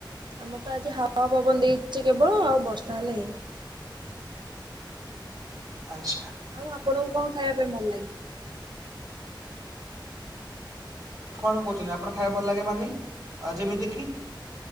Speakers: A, on the right; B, on the right.
A: ଆମର ତ ଆଜି ହାୱା, ପବନ ଦେଇଛି କେବଳ ଆଉ ବର୍ଷା ହେଲେ ହେଇନି।
B: ହୁ ଆଚ୍ଛା।
A: ଆଉ ଆପଣଙ୍କୁ କଣ ଖାଇବା ପାଇଁ ଭଲ ଲାଗେ?
B: କଣ କହୁଛନ୍ତି ଆପଣ ଖାଇବା ଭଲ ଲାଗେ ମାନେ ଆ ଯେମିତି କିି?